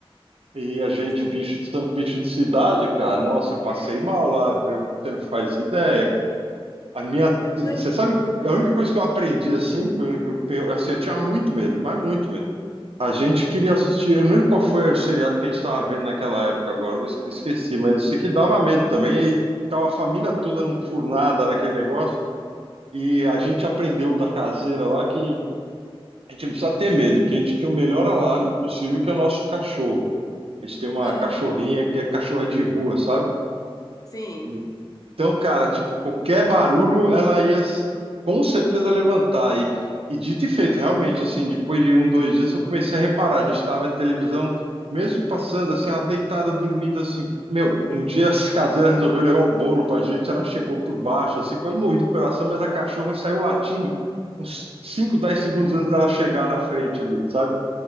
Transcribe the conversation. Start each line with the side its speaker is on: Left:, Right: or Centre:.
Right: E a gente,
Left: sim.
Right: bicho de, san- bicho de cidade, cara, nossa, eu passei
Left: <laughs>
Right: mal lá, viu? Você não faz ideia, cara. A minha, você
Left: Né?
Right: sabe, a única coisa que eu aprendi, assim, que eu, que eu- assim, eu tinha muito medo, mas muito medo. A gente queria assistir, eu não lembro qual foi o seriado que a gente estava vendo naquela época agora, eu esque- esqueci, mas eu sei que dava medo também, e aí tava a família toda num furnada naquele negócio, e a gente aprendeu da caseira lá que a gente não precisa ter medo, que a gente tinha o melhor alarme possível, que é o nosso cachorro. A gente tem uma
Left: Aham,
Right: cachorrinha que é cachorra de rua, sabe?
Left: sim.
Right: E- Então, cara, tipo, qualquer barulho ela ia s- com certeza levantar. E, e dito e feito, realmente, assim, depois de um, dois dias eu comecei a reparar. A gente estava vendo televisão, mesmo passando, assim, ela deitada, dormindo, assim. Meu, um dia <laughs> essa caseira resolveu levar um bolo pra gente, ela chegou por baixo, assim, quase morri do coração, mas a cachorra saiu latindo uns 5, 10 segundos antes dela chegar na frente ali, sabe?